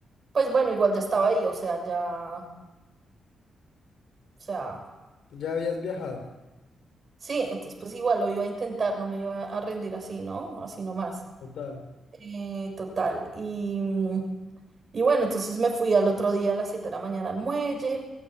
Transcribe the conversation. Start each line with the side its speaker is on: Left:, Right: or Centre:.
Right: pues bueno, igual ya estaba ahí, o sea, ya, o sea,
Left: Ya habías viajado,
Right: sí, entonces pues igual lo iba a intentar, no me iba a rendir así, ¿no? Así nomás.
Left: total.
Right: Eh, total, y... mm, Y bueno, entonces me fui al otro día a las 7 de la mañana al muelle,